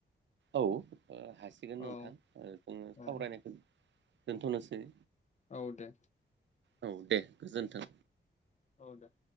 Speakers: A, on the right; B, on the left.
A: औ ओ हासिगोन
B: औ
A: नोंथां ओ जोङो
B: औ
A: सावरायनायखौ दोनथ'नोसै।
B: औ दे
A: औ दे गोजोन्थों।
B: औ दे।